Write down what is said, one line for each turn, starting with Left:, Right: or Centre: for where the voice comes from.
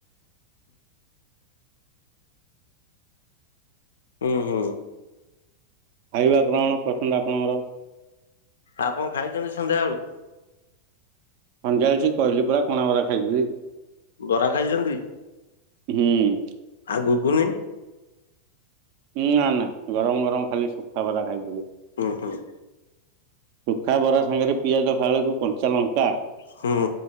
Left: ହୁଁ ହୁଁ।
Right: ଖାଇବା କଣ ପସନ୍ଦ ଆପଣଙ୍କର?
Left: ଆଉ କଣ ଖାଇଚନ୍ତି ସନ୍ଧ୍ୟାବେେଳୁ?
Right: ସନ୍ଧ୍ୟା ବେଳ ସିଇ କହିଲି ପରା କଣା ବରା ଖାଇଥିଲି ଇ।
Left: ବରା ଖାଇଚନ୍ତି?
Right: ହୁଁ।
Left: ଆଉ ଗୁଗୁନି?
Right: ନା ନା, ଗରମ ଗରମ ଖାଲି ଶୁଖା ବରା ଖାଇଥିଲି।
Left: ହୁଁ ହୁଁ।
Right: ଶୁଖା ବରା ସାଙ୍ଗରେ ପିଆଜ ଫାଳକୁ କଞ୍ଚା ଲଙ୍କା
Left: ହୁଁ